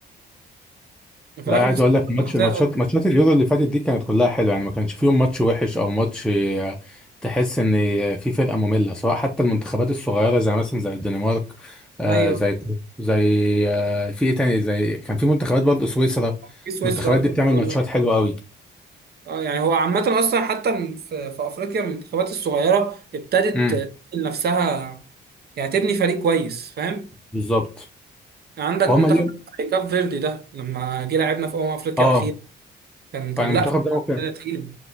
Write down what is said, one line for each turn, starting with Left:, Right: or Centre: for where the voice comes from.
Right: وفي
Centre: لا
Right: الاخر
Centre: عايز
Right: خسرنا
Centre: اقول لك الماتش
Right: زي
Centre: الماتشات
Right: الأرض.
Centre: ماتشات اليورو اللي فاتت دي كانت كلها حلوه يعني ما كانش فيهم ماتش وحش او ماتش آه، تحس ان في فرقه ممله سواء حتى المنتخبات الصغيره زي مثلا زي الدنمارك آه
Right: ايوه
Centre: زي زي آه في ايه تاني زي كان في منتخبات برضه سويسرا
Right: في سويسرا
Centre: المنتخبات
Right: اكتر
Centre: دي بتعمل
Right: بقول
Centre: ماتشات
Right: لك
Centre: حلوه قوي
Right: اه يعني هو عامه اصلا حتى من- في في افريقيا المنتخبات الصغيره ابتدت
Centre: امم
Right: تبني نفسها يعني تبني فريق كويس فاهم
Centre: بالظبط
Right: عندك
Centre: وهم
Right: منتخب
Centre: اليوم
Right: زي كاب فيردي ده لما جه لعبنا في امم افريقيا
Centre: اه
Right: الاخيره كان كان
Centre: يعني المنتخب
Right: لا
Centre: ده
Right: فرقة تقيلة